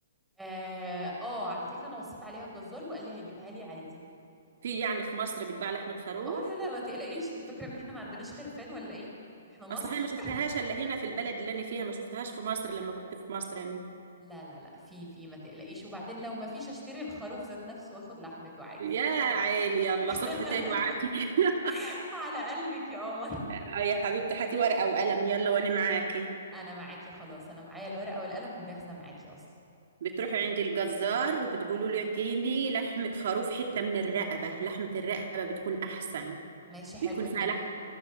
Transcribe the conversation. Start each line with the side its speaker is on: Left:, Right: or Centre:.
Centre: آآ آه، على فكرة أنا وصّيت عليها الجزّار وقال لي هيجيبها لي عادي.
Right: في يعني في مصر بتباع لحمة خروف
Centre: آه، لا، لأ، ما تقلقيش، أنتِ فاكرة إن إحنا ما عندناش خرفان والّا إيه؟ إحنا مصر.
Right: اصل انا ما شفتهاش
Centre: <laughs>
Right: الا هنا في البلد اللي انا فيها ما شفتهاش في مصر لما كنت في مصر يعني
Centre: لا، لا، لأ، في، في، ما تقلقيش، وبعدين لو ما فيش أشتري الخروف ذات نَفْسه وآخُد لحمته عادي.
Right: يا عيني يلا
Centre: <laughs>
Right: صحتين وعافية <laughs>
Centre: على قلبِك يا قمر.
Right: آه يا حبيبتي هاتي ورقة وقلم يلا وانا معاكي
Centre: أنا معاكِ خلاص، أنا معايا الورقة والقلم وجاهزة معاكِ أصلًا.
Right: بتروحي عند الجزار وبتقولوا له اعطيني لحمة خروف حتة من الرقبة لحمة الرقبة بتكون أحسن
Centre: ماشي حلو
Right: بيكون
Centre: إنِّك
Right: فيها لحم